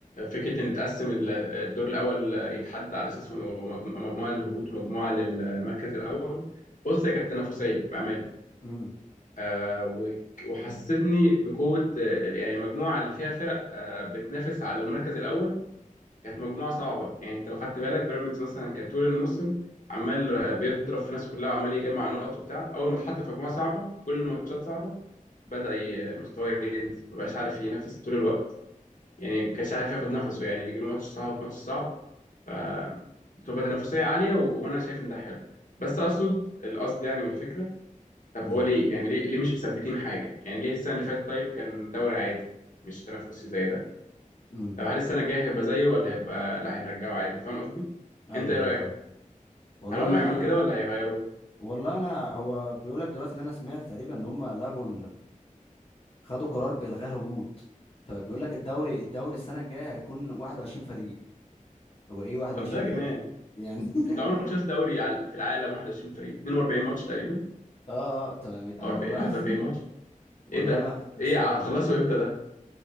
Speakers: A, on the left; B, on the left.
A: فكرة إن تقسم ال- الدور الأول يتحدى على أساس مجمو- مجموعة للهبوط ومجموعة للمركز الأول بص هي كانت تنافسية بأمانة
B: امم
A: آه، وك- وحسيتني بقوة آه، يعني المجموعة اللي فيها فرق آه، بتنافس على المركز الأول كانت مجموعة صعبة يعني أنت لو خدت بالك بيراميدز مثلا كانت طول الموسم عمال آه، بيضرب في ناس كلها وعمال يجمع نقط وبتاع أول ما اتحط في مجموعة صعبة كل الماتشات صعبة بدأ ي- مستواه ينزل مبقاش عارف ينافس طول الوقت يعني ما كانش عارف ياخد نفسه يعني بيجيله ماتش صعب ماتش صعب فبتبقى تنافسية عالية و... وأنا شايف إن ده حلو بس أقصد القصد يعني من الفكرة طب
B: امم
A: هو ليه يعني ليه, ليه مش مثبتين حاجة يعني ليه السنة اللي فاتت طيب كان دوري عادي مش تنافسي زي ده
B: امم
A: طب هل السنة الجاية هيبقى زيه ولا هيبقى لا هنرجعه عادي فاهم قصدي
B: ايوه
A: أنت إيه
B: ايوه
A: رأيك
B: فاهم والله
A: هل هم
B: انا
A: يعملوا كده ولا هيغيروا
B: والله انا هو بيقول لك دلوقتي اللي انا سمعت تقريبا ان هم لغوا خدوا قرار بالغاء الهبوط فبيقول لك الدوري الدوري السنه الجايه هيكون 21 فريق هو ايه 21
A: طب ده جنان
B: فريق يعني <laughs>
A: أنت عمرك شفت دوري على- في العالم 21 فريق 42 ماتش تقريبا
B: اه اه تمام انا
A: أو
B: والله
A: 41
B: <laughs>
A: ماتش
B: والله
A: إيه ده
B: ما مش
A: إيه
B: فاهم
A: هتخلصوا إمتى ده